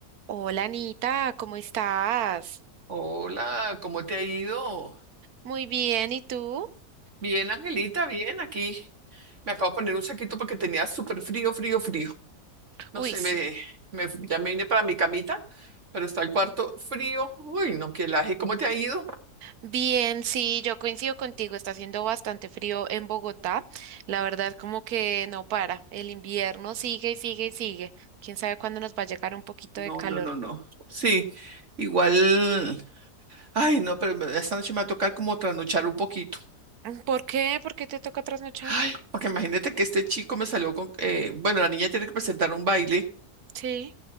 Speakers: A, on the right (about 70°); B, on the right (about 50°).
A: Hola Anita, ¿cómo estás?
B: Hola, ¿cómo te ha ido?
A: Muy bien, ¿y tú?
B: Bien, Angelita, bien, aquí. Me acabo de poner un saquito porque tenía súper frío, frío, frío. No
A: Uy,
B: sé,
A: sí.
B: me, me, ya me vine para mi camita, pero está el cuarto frío. Uy, no, qué laje, ¿cómo te ha ido?
A: Bien, sí, yo coincido contigo, está haciendo bastante frío en Bogotá. La verdad, como que no para. El invierno sigue y sigue y sigue. ¿Quién sabe cuándo nos va a llegar un poquito
B: No,
A: de calor?
B: no, no, no. Sí, igual. Ay, no, pero me- esta noche me va a tocar como trasnochar un poquito.
A: Mm, ¿Por qué? ¿Por qué te toca trasnochar?
B: Ay, porque imagínate que este chico me salió con. eh, bueno, la niña tiene que presentar un baile.
A: Sí,